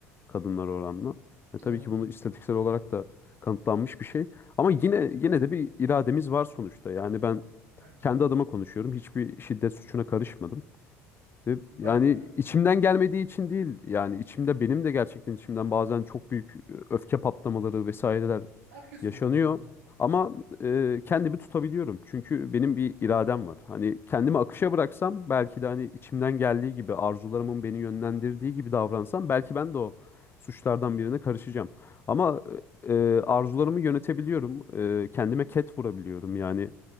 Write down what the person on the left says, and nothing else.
kadınlar oranla. E, tabii
ki bunu istatistiksel olarak da kanıtlanmış bir şey. Ama yine yine de bir irademiz var sonuçta. Yani ben
kendi adıma konuşuyorum. Hiçbir şiddet suçuna karışmadım. Ve
yani
içimden gelmediği için değil yani içimde benim de gerçekten içimden bazen çok büyük e, öfke patlamaları vesaireler
yaşanıyor.
Ama e, kendimi tutabiliyorum. Çünkü benim bir iradem var. Hani kendimi akışa bıraksam belki de hani içimden geldiği gibi arzularımın beni yönlendirdiği gibi davransam belki ben de o suçlardan birine karışacağım. Ama e, e, arzularımı yönetebiliyorum. E, kendime ket vurabiliyorum. Yani